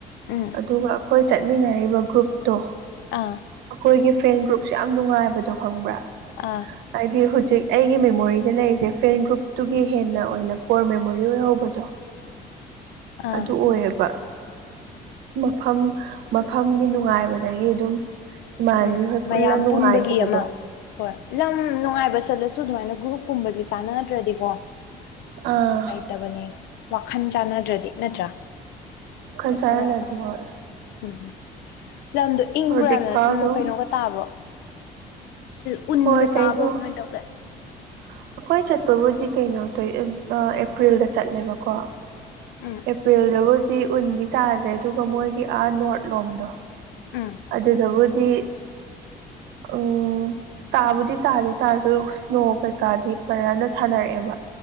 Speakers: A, on the left; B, on the right.
A: ꯎꯝ
B: ꯑꯗꯨꯒ ꯑꯩꯈꯣꯏ ꯆꯠꯃꯤꯟꯅꯔꯤꯕ ꯒ꯭ꯔꯨꯞ ꯇꯣ
A: ꯑꯥ
B: ꯑꯩꯈꯣꯏꯒꯤ ꯐ꯭ꯔꯦꯟ ꯒ꯭ꯔꯨꯞꯁꯦ ꯌꯥꯝ ꯅꯨꯡꯉꯥꯏꯕꯗꯣ ꯈꯪꯕ꯭ꯔꯥ
A: ꯑꯥ
B: ꯍꯥꯏꯗꯤ ꯍꯧꯖꯤꯛ ꯑꯩꯒꯤ ꯃꯦꯃꯣꯔꯤꯗ ꯂꯩꯔꯤꯁꯦ ꯐ꯭ꯔꯦꯟ ꯒ꯭ꯔꯨꯞ ꯑꯗꯨꯒꯤ ꯍꯦꯟꯅ ꯑꯣꯏꯅ ꯀꯣꯔ ꯃꯦꯃꯣꯔꯤ ꯑꯣꯏꯍꯧꯕꯗꯣ
A: ꯑꯥ
B: ꯑꯗꯨ ꯑꯣꯏꯌꯦꯕ ꯃꯐꯝ ꯃꯐꯝꯒꯤ ꯅꯨꯡꯉꯥꯏꯕꯗꯒꯤ ꯑꯗꯨꯝ ꯏꯃꯥꯟꯅꯕꯤ
A: ꯎꯝ
B: ꯍꯣꯏ ꯄꯨꯜꯂ
A: ꯃꯌꯥꯝ
B: ꯅꯨꯡꯉꯥꯏꯈꯤꯕꯗꯣ
A: ꯄꯨꯟꯕꯒꯤ ꯑꯃ ꯍꯣꯏ ꯂꯝ ꯅꯨꯡꯉꯥꯏꯕ ꯆꯠꯂꯁꯨ ꯑꯗꯨꯃꯥꯏꯅ ꯒ꯭ꯔꯨꯞꯀꯨꯝꯕꯗꯤ ꯆꯥꯟꯅꯗ꯭ꯔꯗꯤꯀꯣ ꯅꯨꯡꯉꯥꯏꯇꯕꯅꯦ
B: ꯑꯥ
A: ꯋꯥꯈꯜ ꯆꯥꯟꯅꯗ꯭ꯔꯗꯤ ꯅꯠꯇ꯭ꯔꯥ
B: ꯋꯥꯈꯜ
A: ꯆꯠꯊꯣꯔꯛꯑꯀꯥꯟꯗ
B: ꯆꯥꯟꯅꯗ꯭ꯔꯗꯤ ꯍꯣꯏ
A: ꯎꯝ ꯂꯝꯗꯣ ꯏꯪꯕ꯭ꯔꯥꯅ
B: ꯍꯧꯖꯤꯛ ꯐꯥꯎ
A: ꯎꯝ
B: ꯑꯗꯨꯝ
A: ꯀꯩꯅꯣꯒ ꯇꯥꯕ꯭ꯔꯣ ꯎꯟꯒ
B: ꯍꯣꯏ
A: ꯇꯥꯕ꯭ꯔꯣ
B: ꯀꯩꯩꯅꯣ ꯑꯩꯈꯣꯏ
A: ꯀꯃꯥꯏꯅ ꯇꯧꯒꯦ
B: ꯆꯠ ꯄꯕꯨꯗꯤ ꯀꯩꯅꯣ ꯇꯧꯏ ꯑꯦꯄ꯭ꯔꯤꯜꯗ ꯆꯠꯂꯦꯕꯀꯣ
A: ꯎꯝ
B: ꯑꯦꯄ꯭ꯔꯤꯜꯗꯕꯨ ꯗꯤ ꯎꯟꯗꯤ ꯇꯥꯗ꯭ꯔꯦ ꯑꯗꯨꯒ ꯃꯣꯏꯒꯤ ꯑꯥ ꯅꯣꯔꯠ ꯂꯣꯝꯗꯣ
A: ꯎꯝ
B: ꯑꯗꯨꯗꯕꯨꯗꯤ ꯎꯝ ꯇꯥꯕꯨꯗꯤ ꯇꯥꯗꯦ ꯇꯥꯔꯁꯨ ꯏꯁ꯭ꯅꯣ ꯀꯩꯀꯥꯗꯤ ꯐꯖꯅ ꯁꯥꯟꯅꯔꯛꯑꯦꯕ